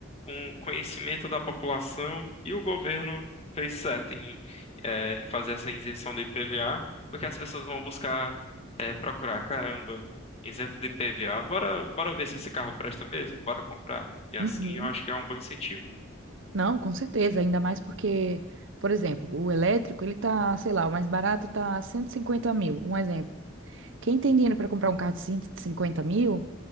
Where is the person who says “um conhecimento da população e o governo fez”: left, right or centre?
Left